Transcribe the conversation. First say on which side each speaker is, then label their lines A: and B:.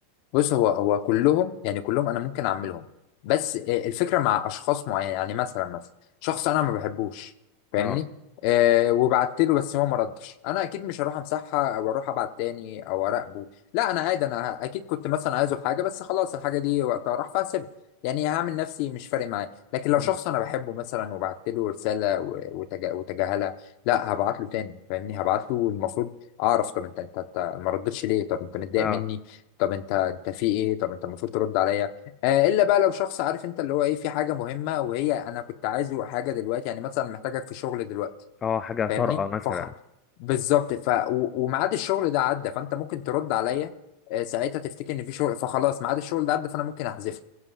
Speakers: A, on the left; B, on the left.
A: بص هو هو كلهم يعني كلهم انا ممكن اعملهم بس آه، الفكره مع اشخاص معينه يعني مثلا مثلا شخص انا ما بحبوش فاهمني
B: اه
A: أه وبعت له بس هو ما ردش انا اكيد مش هروح امسحها او اروح ابعت تاني او اراقبه لا انا عادي انا اكيد كنت مثلا عايزه في حاجه بس خلاص الحاجه دي وقتها راح فهسيبها يعني هعمل نفسي مش فارق معايا لكن لو
B: مم.
A: شخص انا بحبه مثلا وبعت له رساله و- وتجا- وتجاهلها لا هبعت له تاني فاهمني هبعت له المفروض اعرف طب انت انت أنت ما ردتش ليه طب انت متضايق
B: اه
A: مني طب انت انت في ايه طب انت المفروض ترد عليا آه الا بقى لو شخص عارف انت اللي هو ايه في حاجه مهمه وهي انا كنت عايزه حاجه دلوقتي يعني مثلا محتاجك في شغل دلوقتي
B: اه حاجة
A: فاهمني
B: طارئة مثلا
A: فخ بالظبط ف و- وميعاد الشغل ده عدى فانت ممكن ترد عليا آه ساعتها تفتكر ان في شغل فخلاص ميعاد الشغل ده عدى فانا ممكن احذفه